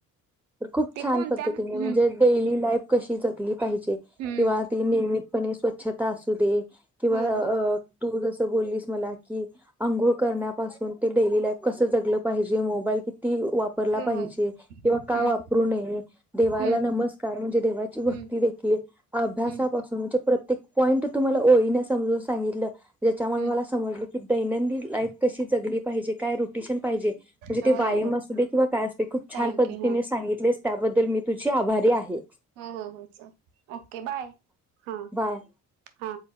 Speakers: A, in the centre; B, on the right (about 80°).
A: तर खूप
B: ते
A: छान
B: कोणत्या
A: पद्धतीने
B: हम्म
A: म्हणजे डेली लाईफ कशी जातली पाहिजे
B: हम्म
A: किंवा त नि पणे स्वच्छता असू दे किंवा
B: हो
A: अ
B: हो
A: तू जसं बोलीस मला कि अंगोळ करण्या पासून जेवण कसा जगंलात पाहिजे मोबाईल कि वापरला
B: हो
A: पाहिजे
B: हो
A: किंवा का
B: हम्म
A: वापरू नये देवाला
B: हम्म
A: नमस्कार म्हणजे देवाची भक्ती
B: हम्म
A: देखील अभ्यासापासून
B: हम्म
A: म्हणजे प्र्य पॉईंट तुम्हाला ओळीने समजून सांगितलं ज्याच्यामुळे
B: हम्म
A: मला समजलं की दैनंदिन लाईफ कशी जगली पाहिजे काय रुटेशन पाहिजे म्हणजे
B: हो
A: ते व्यायाम
B: हो हो
A: असू दे किंवा काय अस दे खूप छान
B: थँक्यू
A: पद्धतीने
B: हा
A: सांगितले त्याबद्दल मी तुझी आभारी आहे
B: ह हो चल ओके बाय हा
A: बाय.
B: हा